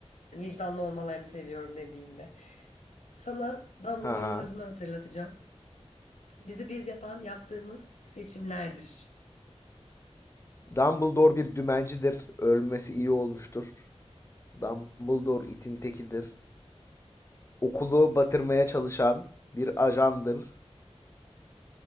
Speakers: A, on the left; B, on the left.
A: Vicdanlı olmalarını seviyorum dediğimde. Sana Dumbledore'un
B: Ha ha.
A: sözünü hatırlatacağım. Bizi biz yapan yaptığımız seçimlerdir.
B: Dumbledore bir dümencidir. Ölmesi iyi olmuştur. Dumbledore itin tekidir. Okulu batırmaya çalışan bir ajandır.